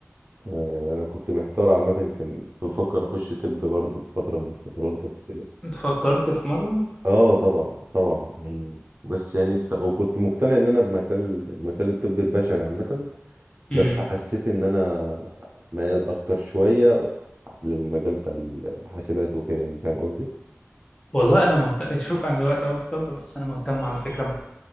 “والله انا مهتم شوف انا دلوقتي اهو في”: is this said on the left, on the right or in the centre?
Left